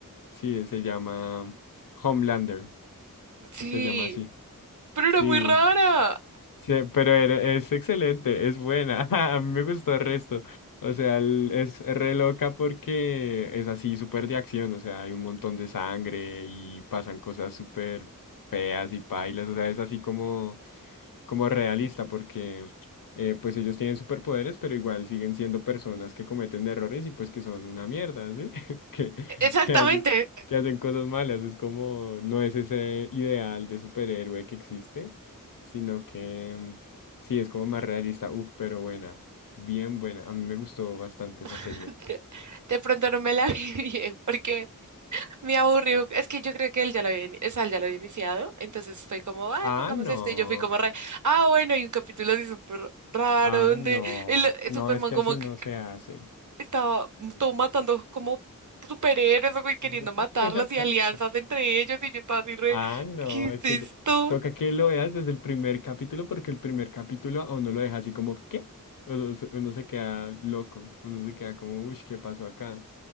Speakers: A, on the left (about 75°); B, on the right (about 60°).
A: sí, se llama Homelander,
B: Sí,
A: se llama así,
B: pero
A: sí,
B: era muy raro.
A: sí, pero era- es excelente, es buena, <laughs> a mí me gustó el resto, o sea, el- es re loca porque es así, súper de acción, o sea, hay un montón de sangre y pasan cosas súper feas y pailas, o sea, es así como como realista, porque eh, pues ellos tienen superpoderes, pero igual siguen siendo personas que cometen errores y pues que son una mierda, ¿sí? <laughs> Que,
B: Exactamente.
A: que hacen, que hacen cosas malas. Es como, no es ese ideal de superhéroe que existe, sino que mm, sí, es como más realista. Uf, pero buena, bien buena. A mí me gustó bastante esa serie.
B: <laughs> De pronto no me la <laughs> vi bien, porque Me aburrió, es que yo creo que él ya lo había, ini- o sea, él ya lo había iniciado, entonces fue como, ay,
A: Ah,
B: pongamos
A: no,
B: esto, y yo fui como re, ah, bueno, hay un capítulo así súper raro,
A: ah,
B: donde
A: no,
B: el, el
A: no,
B: Superman
A: es que
B: como
A: así no
B: que que
A: se hace.
B: estaba m-
A: Sí.
B: todo matando como superhéroes, o güey, queriendo
A: <laughs>
B: matarlos, y alianzas entre ellos, y yo estaba así re,
A: Ah, no,
B: ¿qué es
A: es que
B: esto?
A: t- toca que lo veas desde el primer capítulo porque el primer capítulo a uno lo deja así como, ¿qué? Uno se uno se queda loco, uno se queda como, uy, ¿qué pasó acá?